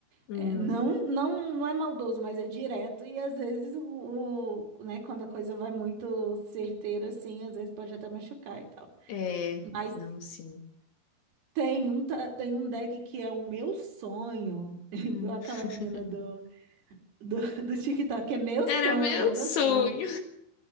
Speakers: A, on the left (about 65°); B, on the right (about 55°).
A: Hum.
B: É, não, não, não é maldoso, mas é direto. E às vezes, o, o- né, quando a coisa vai muito certeira, assim, às vezes pode até machucar e tal.
A: É.
B: Mas
A: Não, sim.
B: tem um, ta- tem um deck que é o meu sonho. <laughs> Igual
A: Hum.
B: Aquela
A: <laughs>
B: menina do, do, do TikTok, é meu
A: Era
B: sonho,
A: meu
B: era meu
A: sonho.
B: sonho.